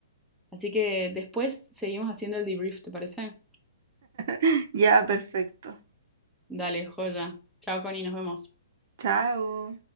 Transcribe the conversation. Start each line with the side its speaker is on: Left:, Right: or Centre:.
Centre: así que después seguimos haciendo el debrief, ¿te parece?
Right: <laughs> Ya, perfecto.
Centre: Dale, joya. Chao, Connie, nos vemos.
Right: Chao.